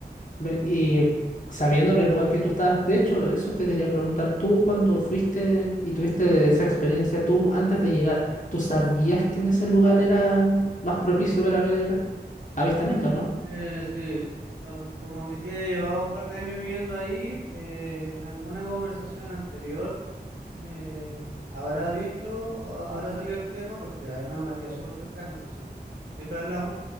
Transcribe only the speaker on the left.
Ve- Y sabiendo en el lugar que tú estabas, de hecho, eso te quería preguntar, tú cuando fuiste y tuviste esa experiencia, tú antes de llegar, ¿tú sabías que en ese lugar era más propicio para ver avistamientos, no?